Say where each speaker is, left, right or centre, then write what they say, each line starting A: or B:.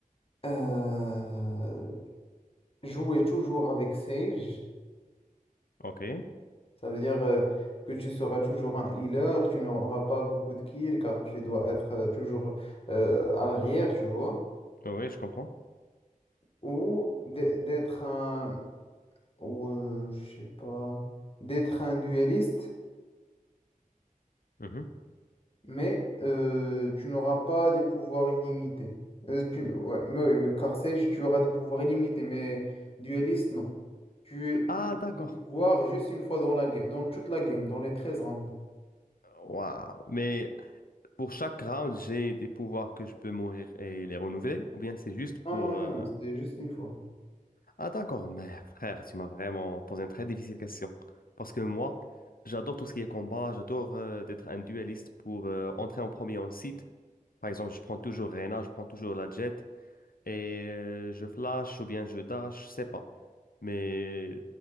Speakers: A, on the left (about 40°); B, on the left (about 85°).
A: euh, Jouer toujours avec Sage,
B: OK. Oui,
A: ça veut dire euh, que tu seras toujours un healer, tu n'auras pas beaucoup de kills car tu dois être euh, toujours euh, à l'arrière, tu vois.
B: oui, je comprends.
A: Ou d'e- d'être un, ou euh, je sais pas, d'être un dueliste,
B: Mhm.
A: mais euh, tu n'auras pas des pouvoirs illimités. Euh, tu, ouais, mais, oui, mais car Sage, tu auras des pouvoirs illimités, mais dueliste, non. Tu
B: Ah,
A: utilises
B: d'accord.
A: le pouvoir juste une fois dans la, ga- dans toute la game, dans les 13 rounds.
B: Waouh. Mais pour chaque round, j'ai des pouvoirs que je peux mourir et les renouveler, ou bien c'est juste pour
A: Non, non, non,
B: euh,
A: c'est juste une fois.
B: Ah d'accord, mais frère, tu m'as vraiment posé une très difficile question. Parce que moi, j'adore tout ce qui est combat, j'adore euh, d'être un dueliste pour euh, entrer en premier en site. Par exemple, je prends toujours Reyna, je prends toujours la Jet et euh, je flash ou bien je dash, je sais pas. Mais